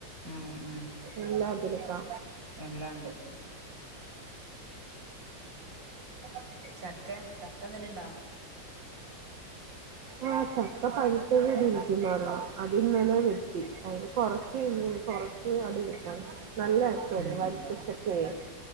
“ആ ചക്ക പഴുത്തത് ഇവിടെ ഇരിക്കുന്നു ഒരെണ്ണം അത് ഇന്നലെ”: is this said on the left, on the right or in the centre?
Right